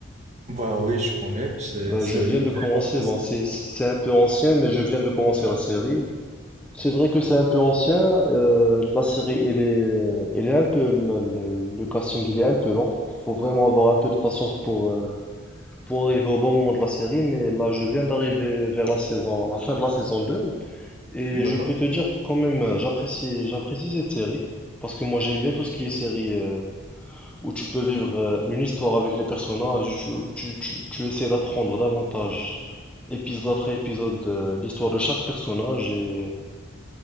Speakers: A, on the right; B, in the centre.
A: Bah oui, je connais, c'est...
B: Bah
A: c'est-
B: je viens
A: ma série
B: de commencer.
A: d'enfance.
B: Bon, c'est, c'est un peu ancien, mais je viens de commencer la série. C'est vrai que c'est un peu ancien. euh, la série, elle est, euh, elle est un peu, le, le- le casting, il est un peu lent. Faut vraiment avoir un peu de patience pour, euh, pour arriver au bon moment de la série, mais là, je viens d'arriver vers la saison, la fin de la saison 2 et
A: D'accord.
B: je peux te dire que quand même, euh, j'apprécie, j'apprécie cette série, parce que moi, j'aime bien tout ce qui est série, euh, où tu peux vivre euh, une histoire avec les personnages, tu, tu, tu, tu essaies d'apprendre davantage, épisode après épisode, euh, l'histoire de chaque personnage, et euh,